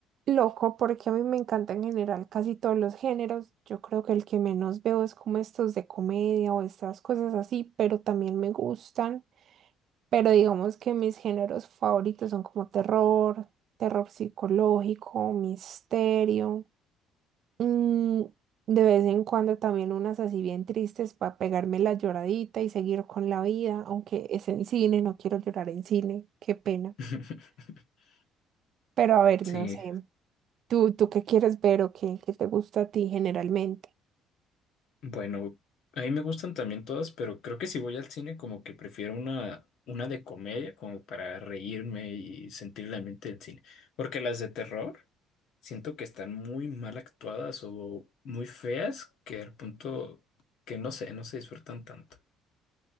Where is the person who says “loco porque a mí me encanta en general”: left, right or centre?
Right